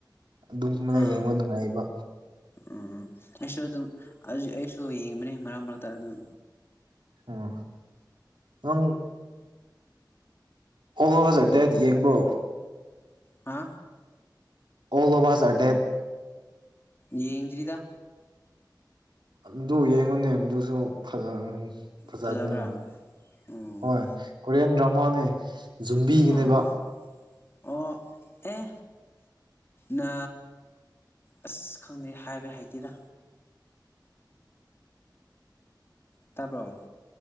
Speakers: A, on the right; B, on the left.
A: ꯑꯗꯨꯒꯨꯝꯕꯅ
B: ꯎꯝ
A: ꯌꯦꯡꯕ ꯅꯨꯡꯉꯥꯏꯕ
B: ꯎꯝ ꯑꯩꯁꯨ ꯑꯗꯨꯝ ꯑꯩꯁꯨ ꯌꯦꯡꯕꯅꯤ ꯃꯔꯛ ꯃꯔꯛꯇ ꯑꯗꯨꯝ
A: ꯎꯝ ꯅꯪ ꯑꯣ ꯍꯣꯏ ꯍꯧꯖꯔ ꯑꯗꯨꯗꯤ ꯌꯦꯡꯕ꯭ꯔꯣ
B: ꯍꯥ
A: ꯑꯣꯜ ꯑꯣꯕꯥꯁ ꯑꯔꯗꯦꯠ
B: ꯌꯦꯡꯗꯔꯤꯗ
A: ꯑꯗꯨ ꯌꯦꯡꯉꯨꯅꯦ ꯑꯗꯨꯁꯨ ꯐꯖꯅ ꯐꯖꯕꯅꯦ
B: ꯐꯖꯕ꯭ꯔꯥ ꯎꯝ
A: ꯍꯣꯏ ꯀꯣꯔꯤꯌꯥꯟ ꯗ꯭ꯔꯃꯥꯅꯦ ꯖꯨꯝꯕꯤꯒꯤꯅꯦꯕ
B: ꯑꯣ ꯑꯣ ꯑꯦ ꯅ ꯑꯁ ꯈꯪꯗꯦ ꯍꯥꯏꯕ ꯍꯥꯏꯇꯦꯔ ꯇꯥꯕ꯭ꯔꯣ